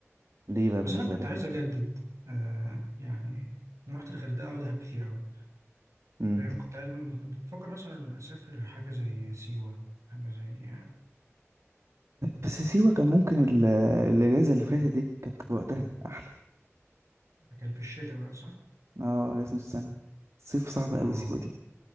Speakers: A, on the right (about 70°); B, on the right (about 85°).
A: ليه بقى
B: بس
A: بالنسبة
B: انا كنت
A: لك
B: عايز
A: ممكن
B: اجدد آه يعني انا رحت الغردقه ودهب كتير قوي
A: مم.
B: فاهم كنت عايز كنت بفكر مثلا اسافر حاجه زي سيوه حاجه زي آه،
A: بس سيوة كان ممكن ال- الأجازة اللي فاتت دي كانت وقتها أحلى
B: كان في الشتاء بقى صح
A: اه أجازة نص سنة الصيف صعب أوي
B: اه
A: سيوة دي